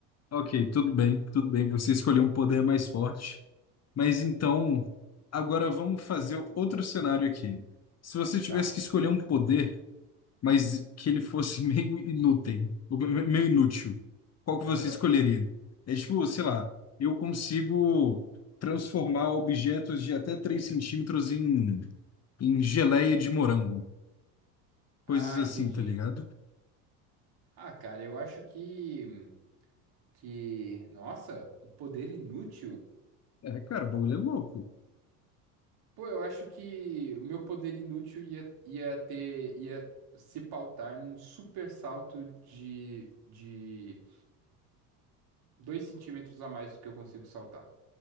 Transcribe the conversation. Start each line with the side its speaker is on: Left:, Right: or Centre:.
Left: Ok, tudo bem, tudo bem. Você escolheu um poder mais forte. Mas então, agora vamos fazer outro cenário aqui. Se você tivesse
Right: Tá.
Left: que escolher um poder, mas que ele fosse <laughs> meio inútil, meio inútil, qual que você
Right: Aham.
Left: escolheria? É tipo, sei lá, eu consigo transformar objetos de até 3 centímetros em, em geleia de morango. Coisas
Right: Ah,
Left: assim,
Right: entendi,
Left: tá
Right: entendi.
Left: ligado?
Right: Ah, cara, eu acho que. Que, nossa, um poder inútil?
Left: É, cara, o bagulho é louco.
Right: Pô, eu acho que o meu poder inútil ia, ia ter, ia se pautar num super salto de, de 2 centímetros a mais do que eu consigo saltar.